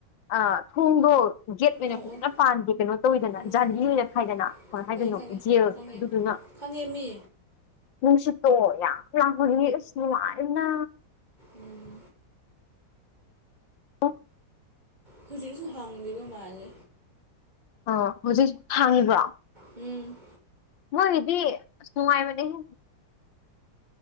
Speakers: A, on the left; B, on the right.
A: ꯑꯥ ꯊꯣꯡꯗꯣ ꯒꯦꯠ ꯑꯣꯏꯅ
B: ꯑꯧ
A: ꯐꯖꯅ
B: ꯑꯧ
A: ꯄꯥꯟꯗꯦ ꯀꯩꯅꯣ ꯇꯧꯋꯤꯗꯅ
B: ꯎꯝ
A: ꯖꯥꯟꯂꯤ
B: ꯎꯝ
A: ꯑꯣꯏꯅ ꯈꯥꯏꯗꯅꯥ ꯀꯃꯥꯏ ꯍꯥꯏꯗꯣꯏꯅꯣ
B: ꯈꯪꯉꯦ ꯈꯪꯉꯦ
A: ꯖꯦꯜ
B: ꯈꯪꯉꯦ
A: ꯑꯗꯨꯗꯨꯅꯥ
B: ꯈꯪꯉꯦ ꯃꯤ
A: ꯅꯨꯡꯁꯤꯠꯇꯣ ꯌꯥꯝ ꯂꯥꯛꯄꯒꯤꯅꯦ ꯑꯁ ꯅꯨꯡꯉꯥꯏꯕꯅ
B: ꯎꯝ
A: <inaudible>
B: ꯍꯧꯖꯤꯛꯁꯨ ꯍꯥꯡꯂꯤꯕ ꯃꯥꯂꯦ
A: ꯑꯥ ꯍꯧꯖꯤꯛ ꯍꯥꯡꯉꯤꯕ꯭ꯔꯣ
B: ꯎꯝ
A: ꯃꯣꯏꯒꯤꯗꯤ ꯑꯁ ꯅꯨꯉꯥꯏꯕꯅꯦ ꯍꯦ